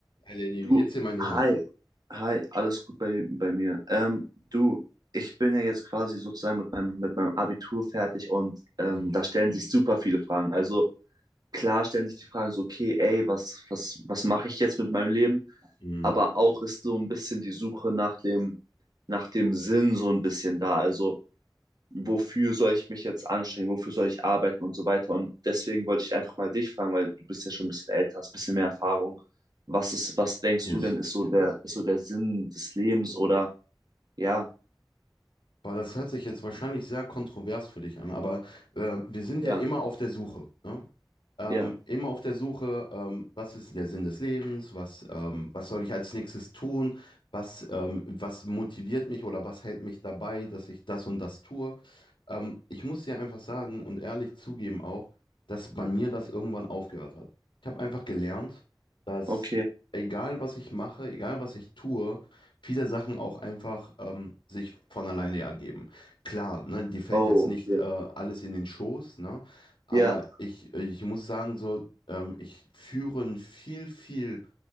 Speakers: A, on the left; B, on the right.
A: Hi Lenny,
B: Du,
A: wie geht's dir, mein Lieber?
B: hi, hi, alles gut bei, bei mir. Ähm, du, ich bin ja jetzt quasi sozusagen mit meinem, mit meinem Abitur fertig und ähm,
A: Mhm.
B: da stellen sich super viele Fragen. Also klar stellen sich die Fragen so, okay, ey, was, was, was mache ich jetzt mit meinem Leben?
A: Mhm.
B: Aber auch ist so ein bisschen die Suche nach dem, nach dem Sinn so ein bisschen da. Also wofür soll ich mich jetzt anstrengen, wofür soll ich arbeiten und so weiter. Und deswegen wollte ich einfach mal dich fragen, weil du bist ja schon ein bisschen älter, hast ein bisschen mehr Erfahrung. Was ist, was denkst
A: Yes.
B: du denn, ist so der, ist so der Sinn des Lebens oder ja,
A: Boah, das hört sich jetzt wahrscheinlich sehr kontrovers für dich an, aber äh, wir sind
B: ja,
A: ja immer auf der Suche, ne? Ähm,
B: ja,
A: immer auf der Suche, ähm, was ist der Sinn des Lebens, was, ähm, was soll ich als nächstes tun, was, ähm, was motiviert mich oder was hält mich dabei, dass ich das und das tue. Ähm, ich muss dir einfach sagen und ehrlich zugeben auch, dass bei mir das irgendwann aufgehört hat. Ich habe einfach gelernt, dass
B: okay.
A: egal was ich mache, egal was ich tue, viele Sachen auch einfach ähm, sich von alleine ergeben. Klar, ne, dir fällt
B: Oh,
A: jetzt nicht
B: okay.
A: äh, alles in den Schoß, ne, aber
B: Ja.
A: ich, ich muss sagen, so, ähm, ich führe ein viel, viel